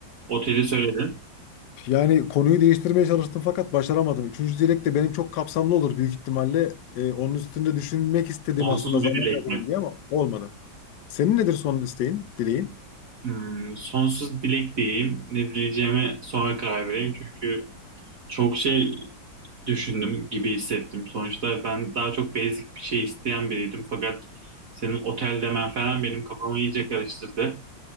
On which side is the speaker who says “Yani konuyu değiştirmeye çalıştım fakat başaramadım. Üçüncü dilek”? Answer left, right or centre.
Left